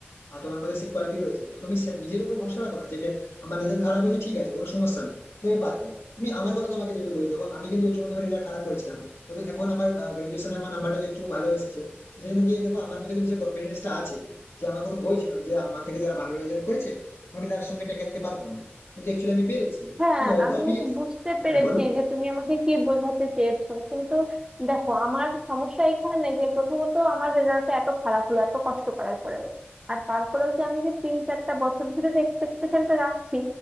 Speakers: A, on the left; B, on the right.
A: আর তোমার মধ্যে সেই কোয়ালিটি রয়েছে তো তুমি সে- নিজের উপর ভরসা রাখো না যে আমার রেজাল্ট খারাপ হয়েছে ঠিক আছে কোনো সমস্যা নেই তুমি পারবে তুমি আমার কথা তোমাকে যদি বলি দেখো আমি কিন্তু উচ্চ মাধ্যমিক রেজাল্ট খারাপ করেছিলাম তবে এখন আমার গ্রাজুয়েশনে আমার নাম্বারটা একটু ভালো এসেছে সেই জন্য গিয়ে দেখো আমার মধ্যে কিন্তু সেই কনফিডেন্সটা আছে যে আমার কোনো ভয় ছিল না যে আমার থেকে যারা ভালো রেজাল্ট করেছে আমি তার সঙ্গে টেকা দিতে পারবো না কিন্তু অ্যাকচুয়ালি আমি পেরেছি
B: হ্যাঁ
A: তো হয়তো
B: আমি
A: আমি
B: বুঝতে পেরেছি
A: হ্যাঁ বলো
B: যে তুমি আমাকে কি বোঝাতে চেয়েছো কিন্তু দেখো আমার সমস্যা এখানে যে প্রথমত আমার রেজাল্টটা এত খারাপ হলো এত কষ্ট করার পরেও আর তারপরেও যে আমি যে তিন চারটা বছর ধরে যে এক্সপেকটেশনটা রাখছি